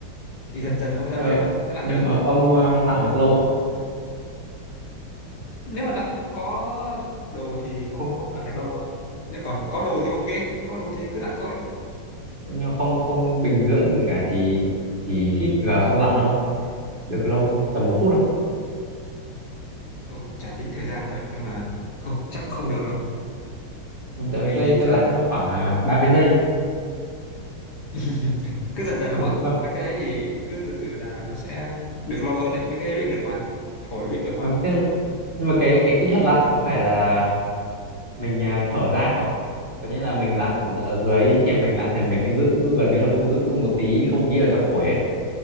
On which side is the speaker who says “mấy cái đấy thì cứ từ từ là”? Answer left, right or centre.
Left